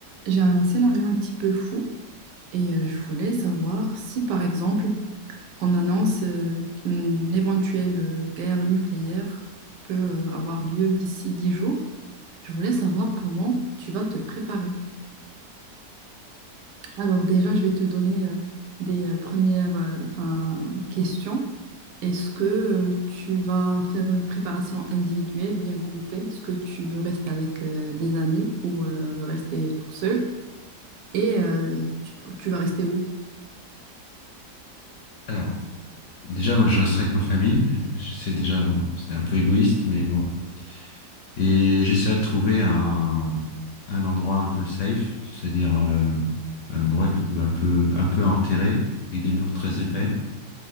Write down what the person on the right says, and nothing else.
J'ai un scénario un petit peu fou et euh, je voulais savoir si, par exemple, on annonce euh, qu'une éventuelle euh, guerre nucléaire peut euh, avoir lieu d'ici 10 jours. Je voulais savoir comment tu vas te préparer. Alors déjà, je vais te donner euh, des euh, premières euh, enfin, questions. Est-ce que euh, tu vas faire une préparation individuelle ou bien groupée? Est-ce que tu veux rester avec euh, des amis ou euh, rester tout seul? Et euh, tu tu vas rester où?